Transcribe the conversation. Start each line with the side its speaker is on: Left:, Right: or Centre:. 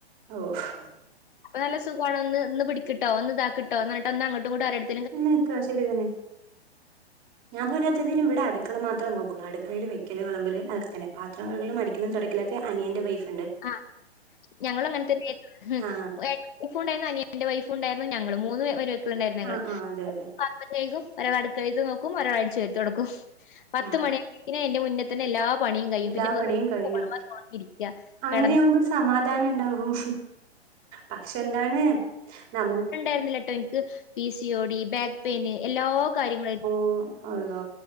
Right: ഓഹ്
Left: അപ്പ നല്ല സുഖമാണ് ഒന്ന് പിടിക്കട്ടോ ഒന്ന് ഇതാക്ക്ട്ടൊ എന്നട്ട ഒന്നങ്ങട്ടും ഇങ്ങട്ടും
Right: നക്കാ ശെരി തന്നെ ഞാൻ പോരാത്തതിന് ഇവിടെ അടുക്കള മാത്ര നോക്കുള്ളൂ അടുക്കളയില് വെക്കല് വെളമ്പില് പിന്നെ പാത്രകഴുകലും അടിക്കലും തുടക്കലുമൊക്കെ അനിയൻന്റെ വൈഫ്
Left: ആഹ് ഞങ്ങളും അങ്ങനത്തന്നെയായിരുന്നു
Right: ആ
Left: വൈഫുണ്ടായിരുന്നു അനിയന്റെ വൈഫുണ്ടായിരുന്നു ഞങ്ങള് മൂന്ന് മരുമക്കളുണ്ടായിരുന്നു ഞങ്ങള്േക്കും
Right: ആ ആ അതെ അതെ
Left: ഒരാളടുക്കള നോക്കും ഒരാള് അടിച്ചുവാരി തുടക്കും പത്ത്
Right: ആ
Left: മണിയ അയിന്റെ മുന്നെ ത്തേക്കും എല്ലാ പണിയും കയും
Right: എല്ലാ
Left: പിന്നെ വെറുതെ
Right: പണിയും കഴിഞ്ഞു
Left: ഫോണുമ്മ നോക്കിയിരിക്കുക <unintelligible>
Right: അങ്ങനെയാവുമ്പോ ഒരു സമാധാനം ഉണ്ടാവും പക്ഷെ എന്താണ് നമുക്ക്
Left: ണ്ടായിരുന്നില്ലട്ടോ എനിക്ക് P C O D back pain എല്ലാ കാര്യങ്ങളും
Right: ഓ അള്ളാ